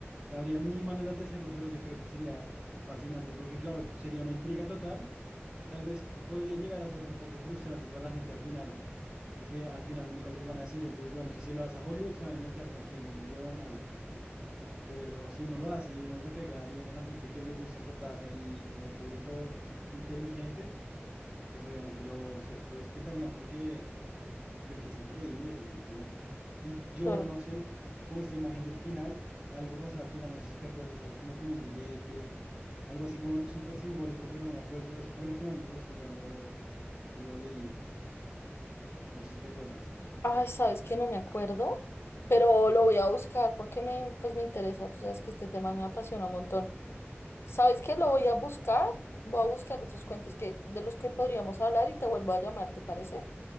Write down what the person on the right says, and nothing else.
habrían mil maneras de hacerlo, pero yo creo que sería fascinante, porque claro, sería una intriga total, tal vez podría llegar a ser un poco frustrante para la gente al final, porque al final nunca les van a decir, entonces, bueno, si se lo das a Hollywood, se van a inventar cualquier huevona Pero si uno lo hace y uno le pega bien a la gente que le gusta Cortázar y un público inteligente, pues obviamente lo, se lo disfrutarían porque pues creo que es increíble, si me entiendes? Y yo
no sé, te- como esta imagen del final, algo pasaba al final, no sé si te acuerdas, algo como con un billete, algo así como súper simbólico, pero no me acuerdo. Eso fue lo que más me gustó cuando lo leí, no sé si te acuerdas.